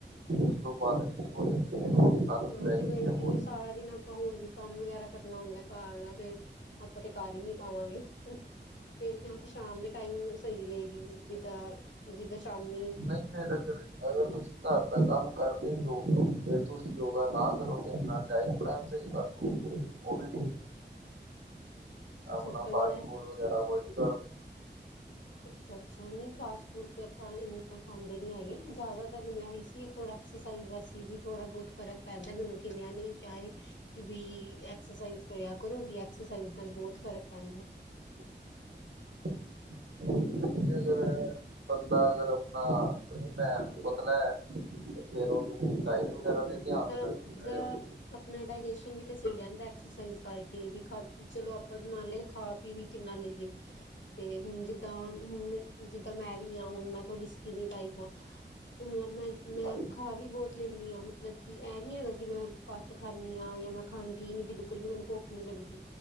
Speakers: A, on the right (about 85°); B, on the left (about 80°).
A: ਉਸ ਤੋਂ ਬਾਅਦ ਠੀਕ ਹੋ ਜਾਂਦੀ। ਹੈ ਆਦਤ
B: ਹਾਂ
A: ਪੈ
B: ਤੇ
A: ਜਾਂਦੀ
B: ਫੇਰ
A: ਹੈ
B: ਜਿਵੇਂ
A: ਹੌਲੀ
B: ਸਾਰਾ ਦਿਨ ਆਪਾਂ ਹੋਰ ਵੀ ਕੰਮ ਵਗੈਰਾ ਕਰਨਾ ਹੁੰਦਾ ਘਰ ਦਾ ਫਰ ਆਪਾਂ ਤੇ ਕਰ ਹੀ ਨੀ ਪਾਵਾਂਗੇ ਫੇਰ ਸ਼ਾਮ ਦੇ ਟਾਈਮ ਸਹੀ ਰਹੇਗੀ ਜਿੱਦਾਂ- ਜਿੱਦਾਂ ਸ਼ਾਮੀ
A: ਨਹੀਂ ਅਗਰ ਤੁਸੀਂ ਘਰ ਦਾ ਕੰਮ ਕਰਦੇ ਹੋ ਫਿਰ ਤੁਸੀਂ ਯੋਗਾ ਨਾ ਕਰੋ ਤੇ ਆਪਣਾ ਟਾਈਮ ਪ੍ਰੈੱਸ ਚ ਕੇ ਲਓ। ਉਹ ਵੀ ਅਪਣਾ
B: ਅੱਛਾ
A: ਫਾਸਟ
B: ਨੀ ਵੈਸੇ
A: ਫੂਡ ਵਗੈਰ੍ਹਾ ਅਵਿਓਡ
B: ਅੱਛਾ -ਅੱਛਾ ਨਹੀਂ ਫਾਸਟ ਫੂਡ ਤੇ ਆਪਾਂ ਇੰਨਾ ਖਾਂਦੇ ਨੀ ਹੈਗੇ ਜ਼ਿਆਦਾਤਰ ਮੈ ਇਸਲਿਏ ਥੋੜਾ ਐਕਸਰਸਾਈਜ਼ ਦਾ ਸੀ ਵੀ ਥੋੜਾ ਬਹੁਤ ਫਰਕ ਪੈਂਦਾ ਮੈਨੂੰ ਕਿੰਨਿਆ ਨ ਕਿਹਾਏ ਕਿ ਭਈ ਐਕਸਰਸਾਈਜ਼ ਕਰਿਆ ਕਰੋ ਵੀ ਐਕਸਸਾਈ ਨਾਲ ਬਹੁਤ ਫ਼ਰਕ ਪੈਂਦਾ ਹੈ।
A: <inaudible> ਨਹੀਂ ਜੇ ਅਗਰ ਬੰਦਾ ਅਗਰ ਆਪਣਾ ਸਲੀਮ ਹੈ ਪਤਲਾ ਹੈ ਤੇ ਫੇਿਰ ਉਹਨੂੰ ਡਾਇਟ ਵਗੈਰਾ ਤੇ ਧਿਆਨ ਦੇਣਾ
B: ਤਾਂ
A: ਚਾਹੀਦਾ
B: ਦਾ
A: ਆ।
B: ਆਪਣਾ ਡਾਇਜੈਸ਼ਨ ਵੀ ਤੇ ਸਹੀ ਰਹਿੰਦਾ ਐਕਸਰਸਾਈਜ਼ ਕਰਕੇ ਵੀ ਖਾ ਚਲੋ ਆਪਾਂ ਮੰਨ ਲੋ ਖਾ ਪੀ ਵੀ ਕੇ ਨਾਲ ਲਈਏ ਤੇ ਹੁਣ ਜਿੱਦਾਂ ਹੁਣ ਜਿੱਦਾਂ ਮੈਂ ਵੀ ਹਾਂ ਹੁਣ ਮੈਂ ਤੁਹਾਡੀ ਸਕਿਨ ਟਾਈਪ। ਤੇ ਹੁਣ ਮੈਂ ਮੈਂ
A: ਹਾਂਜੀ,
B: ਖਾ ਵੀ ਬਹੁਤ ਲੈਂਦੀ ਹਾਂ ਮਤਲਬ ਕਿ ਇਹ ਨੀ ਹੈਗਾ ਕਿ ਮੈਂ ਕੱਟ ਖਾਂਦੀ ਆ ਯ ਮੈਂ ਖਾਂਦੀ ਨੀ ਬਿਲਕੁਲ ਵੀ ਮੈਨੂੰ ਭੁੱਖ ਨੀ ਲੱਗਦੀ